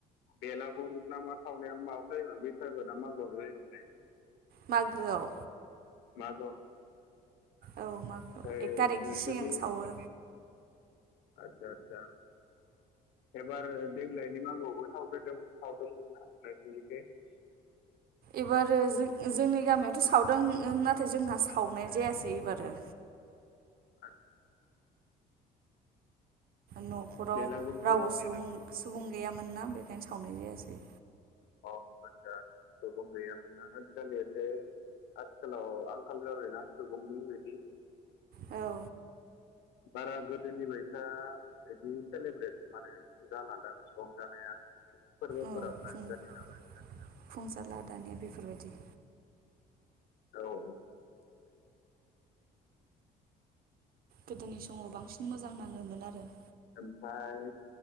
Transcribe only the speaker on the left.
बेला गुर ना मा सावनाया माबा जायोमोन बैसागु ना मागोआव जायोमोनलाय? <inaudible>
मा
ओमफ्राय
नोंसोरनि
आदसा आदसा एबार देग्लायनि मागोआवबो सावग्रोदों सावदोंमोन ना नोंसिनिथिं
आत
बेलागुरखौ
औ आदसा सुबुं गैयामोन ना आजिखालि एसे आथिखालाव आंखाल जाबाय ना सुबुंनि बायदि
बारा गोदोनि बायसा इदि सेलेब्रट माने जालादां रंजानाया फोरबोफोराव
आजिखालि
ना
औ औ
ओमफाय